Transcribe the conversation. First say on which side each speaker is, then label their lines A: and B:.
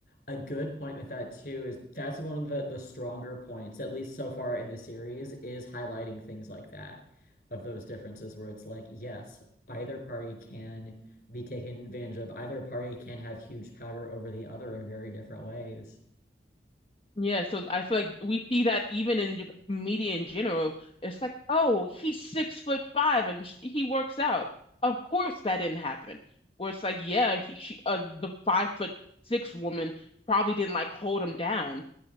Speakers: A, on the left (about 55°); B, on the left (about 30°).
A: a good point with that too, is that's one of the the stronger points, at least so far in the series, is highlighting things like that, of those differences where it's like, yes, either party can be taken advantage of, either party can have huge power over the other in very different ways.
B: Yeah, so I feel like we see that even in just media in general. It's like, oh, he's six foot five and sh he works out. Of course that didn't happen. Where it's like, yeah, he, she, uh, the five foot six woman probably didn't like hold him down,